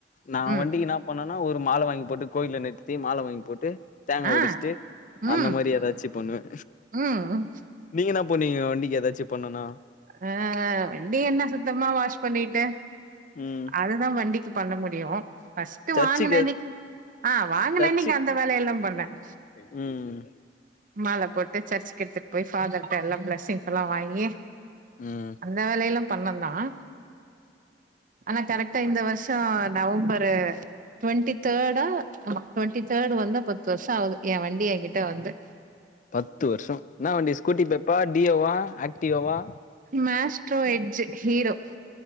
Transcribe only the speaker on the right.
ம்
ஆ
ம்
ம்
அ வண்டி என்ன சுத்தமா வாஷ் பண்ணிட்டு
அதுதான் வண்டிக்கி பண்ண முடியும் ஃபஸ்ட்டு
வாங்குன அன்னக்கி அ வாங்குன
அன்னக்கி அந்த வேலையெல்லாம் பண்ணன்
மால போட்டு சர்ச்சுக் எடுத்துட் போய் ஃபாதர்ட்டெல்லா ப்ளெஸ்ஸிங்ஸெல்லா வாங்கி
அந்த வேலையெல்லாம் பண்ணந்தான் ஆனா கரெக்ட்டா இந்த வருஷம் நவம்பரு ட்வெண்ட்டி தேர்டா ஆமா ட்வெண்ட்டி தேர்டு வந்தா பத்து வருஷம் ஆவுது என் வண்டி என்கிட்ட வந்து
Maestro Edge Hero